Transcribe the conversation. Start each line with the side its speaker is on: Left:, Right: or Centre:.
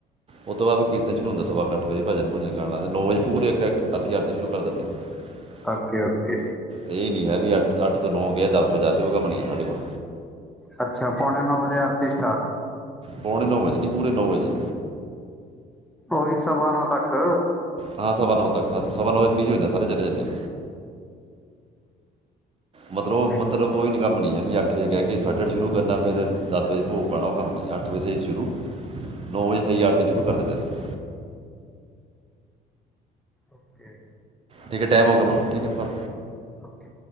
Right: ਉਸ ਤੋਂ ਬਾਅਦ ਫਿਰ ਕੀਰਤਨ ਸ਼ੁਰੂ ਹੁੰਦਾ ਸਵਾ ਅੱਠ ਵਜੇ ਭਜਨ ਭੁਜਨ ਕਰਨਾ ਨੌ ਵੇ ਪੂਰੇ ਡਾਇਰੈਕਟ ਅਸੀਂ ਆਰਤੀ ਸ਼ੁਰੂ ਕਰ ਦਿੰਦੇ ਆਂ <inaudible>
Centre: ਓਕੇ ਓਕੇ
Right: ਇਹ ਨੀ ਹੈ ਵੀ ਅੱਠ- ਅੱਠ ਤੋਂ ਨੌ ਗਏ ਦਸ ਵਜਾ ਤੇ ਉਹ ਕੰਮ ਨਹੀ ਸਾਡੇ ਕੋਲ
Centre: ਅੱਛਾ, ਪੌਣੇ ਨੌ ਵਜੇ ਅਰਤੀ ਸਟਾਰਟ
Right: ਪੌਣੇ ਨੌ ਵਜੇ ਪੂਰੇ ਨੌਂ ਵਜੇ।
Centre: ਓਹੀ ਸਵਾ ਨੌਂ ਤੱਕ।
Right: ਹਾਂ ਸਵਾ ਨੌ ਤੱਕ ਸਵਾ ਨੌ ਵਜੇ ਫਰੀ ਹੁੰਦੇ ਸਾਰੇ ਚਲੇ ਜਾਂਦੇ ਐਂ। ਮਤਲਬ ਮ ਮਤਲਬ
Centre: ਹੈ।
Right: ਓਈ ਨੀ ਕੰਮ ਨੀ ਐ ਵੀ ਅੱਠ ਵਜੇ ਕੈ ਕੇ ਸਾਢੇ ਅੱਠ ਸ਼ੁਰੂ ਕਰਨਾ ਫਿਰ ਦਸ ਵਜੇ ਭੋਗ ਪੌਨਾ ਓ ਕੰਮ ਨੀ ਹੈਗਾ ਅੱਠ ਵਜੇ ਸ਼ੁਰੂ ਨੌ ਵਜੇ ਸਈ ਆਰਤੀ ਸ਼ੁਰੂ ਕਰ ਦਿੰਦੇ ਆਂ ਅਸੀਂ।
Centre: ਓਕੇ।
Right: ਠੀਕ ਐ ਟੈਮ ਹੋ ਗੇਆ ਮੰਨੂੰ ਠੀਕ ਐ ਪਰ
Centre: ਓਕੇ।